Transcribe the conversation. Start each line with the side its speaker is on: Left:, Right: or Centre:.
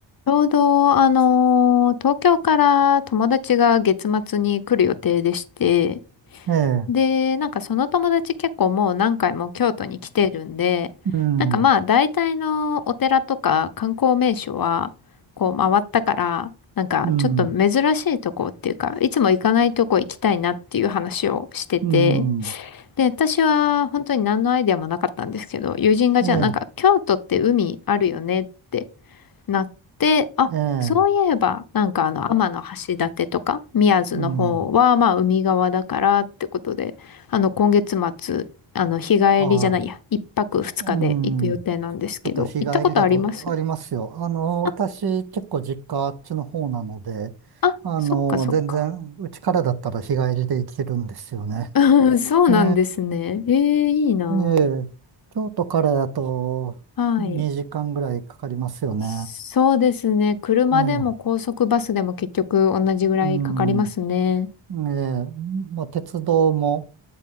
Left: ちょうど、あのー東京から友達が月末に来る予定でして、
Right: ええ、
Left: で、なんかその友達結構もう何回も京都に来てるんで、
Right: うん、
Left: なんかまあ大体のお寺とか観光名所はこう回ったから、なんかちょっと珍しいとこっていうか、
Right: うん、
Left: いつも行かないとこ行きたいなっていう話をしてて、
Right: うん、
Left: で、私は本当に何のアイデアもなかったんですけど、友人がじゃあなんか京都って海あるよねって
Right: ええ、
Left: なって、あ、
Right: ええ、
Left: そういえば、なんかあの、天橋立とか、宮津の方は、
Right: うん、
Left: まあ、海側だからってことで、あの、今月末、あの、日帰りじゃないや、
Right: ああ、
Left: 一泊二日で行く予定なんですけど、
Right: うん、ちょっと日帰りだとありますよ。
Left: 行ったことあります
Right: あの、
Left: あ、
Right: 私結構実家あっちの方なので、
Left: あ、
Right: あの、
Left: そっかそっか。
Right: 全然うちからだったら日帰りで行けるんですよね。
Left: うん <laughs> そうなんですね。
Right: ええ、
Left: ええ、いいな
Right: ええ、京都からだと2時間ぐらいかかりますよね。
Left: あはい。そうですね。車でも高速バスでも結局同じぐらいかかりますね。
Right: ええ、うん、ええ、まあ鉄道も